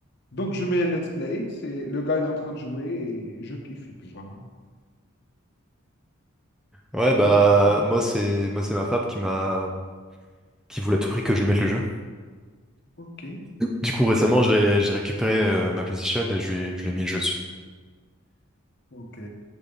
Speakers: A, on the left; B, in the centre.
A: donc je mets un let's play. C'est le gars, il est en train de jouer et je kiffe. Et puis voilà.
B: Ouais,
A: Donc,
B: bah, moi, c'est moi, c'est ma femme qui m'a qui voulait à tout prix que je lui mette le jeu.
A: ok,
B: Du coup, récemment, j'ai j'ai récupéré euh, ma PlayStation et je lui, ai- je lui ai mis le jeu dessus.
A: ok.